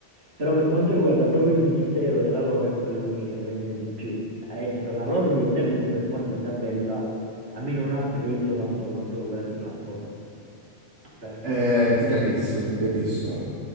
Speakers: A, on the right; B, on the right.
A: Però per quanto riguarda proprio il mistero della lore è quello che rende di più. Ad esempio la lore di Elden Ring, per quanto sia bella, a me non ha preso tanto quanto quella di Bloodborne, personalmente.
B: Eh, ti capisco, ti capisco.